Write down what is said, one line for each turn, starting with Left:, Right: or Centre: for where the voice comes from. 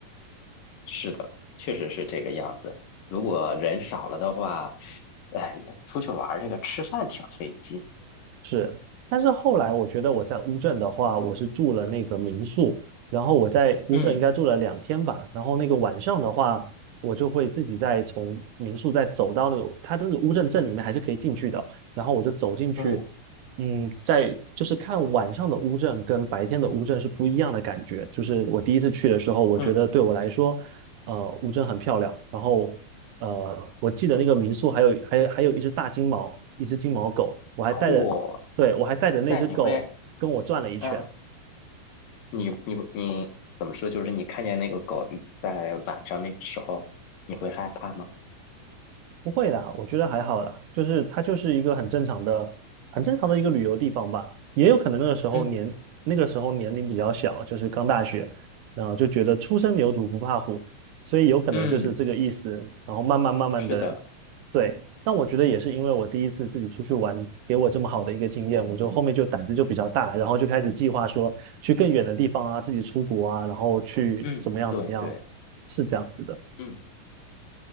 Left: 是的，确实是这个样子。如果人少了的话，哎，也出去玩儿这个吃饭挺费劲。
Right: 是，但是后来我觉得我在乌镇的话，我是住了那个民宿，然后我在乌镇应该住了两天吧，
Left: 嗯，
Right: 然后那个晚上的话，我就会自己再从民宿再走到那个，它这个乌镇镇里面还是可以进去的，然后我就走进去，
Left: 对，
Right: 嗯，在就是看晚上的乌镇跟白天的乌镇是不一样的感觉，就是我第一次去的时候，我觉得对我来说，
Left: 嗯，
Right: 呃，乌镇很漂亮，然后。呃，我记得那个民宿还有还有还有一只大金毛，一只金毛狗，我还带着对，
Left: 嚯，
Right: 我还带着那只狗跟我转了一圈，
Left: 那你会，啊？你你你怎么说？就是你看见那个狗在晚上那个时候，你会害怕吗？
Right: 不会啦，我觉得还好啦，就是它就是一个很正常的、很正常的一个旅游地方吧。也有可能那个时候年那个时候年龄比较小，
Left: 嗯
Right: 就是刚大学，然后就觉得初生牛犊不怕虎，所以有可能就是这个意思。
Left: 嗯，
Right: 然后慢慢慢慢的，
Left: 是的，
Right: 对。但我觉得也是因为我第一次自己出去玩，给我这么好的一个经验，我就后面就胆子就比较大，然后就开始计划说去更远的地方啊，自己出国啊，然后去怎么样怎么样，
Left: 嗯，对对，
Right: 是这样子的。
Left: 嗯